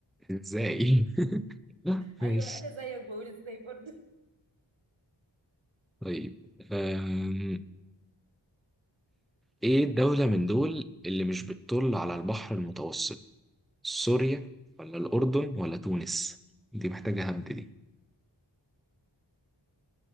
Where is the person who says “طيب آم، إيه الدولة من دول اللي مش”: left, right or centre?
Centre